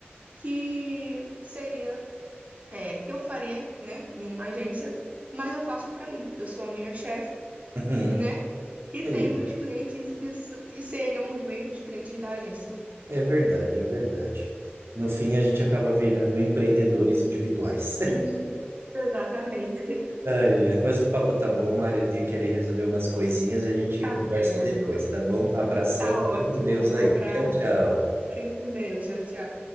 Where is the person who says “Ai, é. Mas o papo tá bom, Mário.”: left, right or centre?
Right